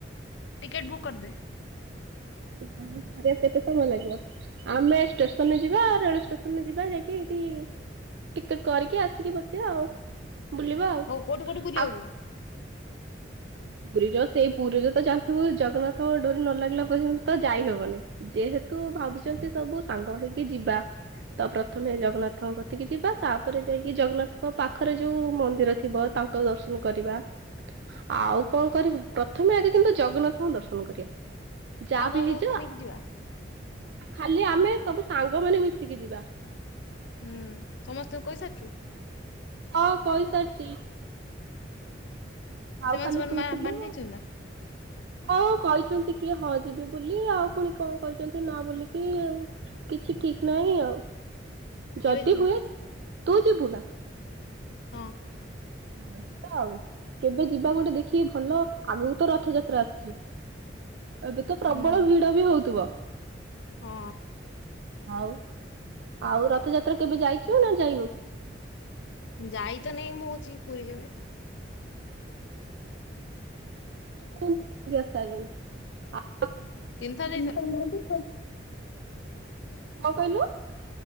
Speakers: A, on the left; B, on the right.
A: ଟିକେଟ ବୁକ୍ କରିଦେ।
B: କରିବାକୁ କେତେ ସମୟ ଲାଗିବ ଆମେ ଷ୍ଟେସନରେ ଯିବା ରେଳ ଷ୍ଟେସନ ଯିବା ଯାଇକି ହେଠି ଟିକେଟ କରିକି ଆସିକି ବସିବା ଆଉ। ବୁଲିବା ଆଉ
A: ହଉ କୋଉଠି କୋଉଠି ବୁଲିିବାଉ
B: ଆଉ
A: ଯିବା।
B: ପୁରୀର ସେଇ ପୁରୀରେ ତ ଜାଣିଥିବୁ ଜଗନ୍ନାଥଙ୍କ ଡୋରି ନ ଲାଗିଲା ପର୍ଯ୍ୟନ୍ତ ଯାଇହବନି। ଯେହେତୁ ଭାବିଛନ୍ତି ସବୁ ସାଙ୍ଗ ହେଇକି ଯିବା ତ ପ୍ରଥମେ ଜଗନ୍ନାଥଙ୍କ ତିକି ଯିବା ତାପରେ ଯାଇକି ଜଗନ୍ନାଥଙ୍କ ପାଖରେ ଯୋଉ ମନ୍ଦିର ଥିବ ତାଙ୍କ ଦର୍ଶନ କରିବା। ଆଉ କଣ କରିବା ପ୍ରଥମେ ଆଗେ କିନ୍ତୁ ଜଗନ୍ନାଥଙ୍କୁ ଦର୍ଶନ କରିବା। ଯାହା
A: ଆଉ କାହା
B: ବି ହେଇଯ
A: କାହାକୁ ନେଇକି ଯିବା
B: ଖାଲି ଆମେ ସବୁ ସାଙ୍ଗ ମାନେ ମିଶିକି ଯିବା।
A: ହୁଁ ସମସ୍ତଙ୍କୁ କହିସାରିଛୁ।
B: ହଁ କହିଇସାରିଛି। ଆଉ
A: ସେମାନେ
B: ଖାଲି
A: ସେମାନେ
B: ତୁ
A: ମା
B: ଥିଲୁ
A: ମାନି ଦେଇଛନ୍ତି ନା
B: ହଁ କହିଛନ୍ତି। କିଏ ହଯିବେ ବୋଲି ଆଉ ପୁଣି କଣ କହିଛନ୍ତି ନ ବୋଲିକି ଆ କିଛି ଠିକ ନାହିଁ ଆଉ।
A: କେବେ
B: ଯଦି
A: ଯିବା
B: ହୁଏ ତୁ ଯିବୁନା।
A: ହ <unintelligible>
B: ଯିବା ଆଉ କେବେ ଯିବା ଗୋଟେ ଦେଖିକି ଭଲ ଆଗକୁ ତ ରଥଯାତ୍ରା ଆସୁଛି। ଏବେ ତ ପ୍ରବଳ
A: ହୁଁ
B: ଭିଡ ବି ହଉଥିବ।
A: ହଁ।
B: ଆଉ ଆଉ ରଥଯାତ୍ରା କେବେ ଯାଇଛୁ ନା ଯାଇନୁ।
A: ଯାଇ ତ ନାଇଁ ମୁଁ ଯି ପୁରୀ କେବେ।
B: କ <unintelligible>
A: ତିନିଥର ଯାଇ ସାରିଲୁଣି।
B: କଣ କହିଲୁ